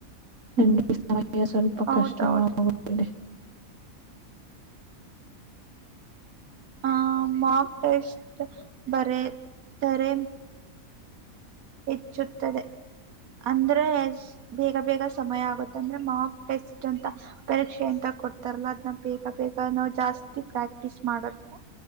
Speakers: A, on the right; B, on the right.
A: ನಂಗೆ ಸಮಯ ಸ್ವಲ್ಪ
B: ಹೌದೌದು
A: ಕಷ್ಟವಾಗುತಿದೆ
B: ಆ ಮಕ್ ಟೆಸ್ಟ್ ಬರದೆ ಹೆಚ್ಚುತ್ತದೆ ಅಂದ್ರೆ ಬೇಗ ಬೇಗ ಸಮಯ ಆಗುತ್ತೆ ಅಂದ್ರೆ ಮಾರ್ಕ್ ಟೆಸ್ಟ್ ಅಂತ ಪರೀಕ್ಷೆ ಎಂತ ಕೊಡ್ತಾರಲ್ಲ ಅದ್ನ್ನ ಬೇಗ ಬೇಗ ನಾವ್ ಜಾಸ್ತಿ ಪ್ರಾಕ್ಟೀಸ್ ಮಾಡೋದು